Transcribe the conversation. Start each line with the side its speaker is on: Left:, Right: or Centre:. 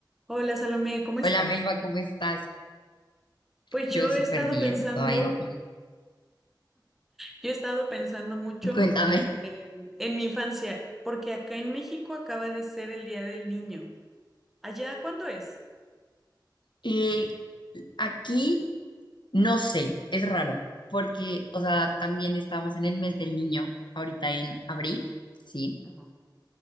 Centre: Hola Salomé, ¿cómo estás?
Left: Hola Melba, ¿cómo estás?
Centre: Pues
Left: Yo
Centre: yo
Left: súper
Centre: he estado
Left: bien,
Centre: pensando,
Left: todo ha ido muy
Centre: yo he estado pensando mucho
Left: bien. Cuéntame.
Centre: en mi infancia, porque acá en México acaba de ser el Día del Niño. ¿Allá cuándo es?
Left: Eh, aquí no sé, es raro, porque, o sea, también estamos en el mes del niño, ahorita en abril, sí,
Centre: Ajá.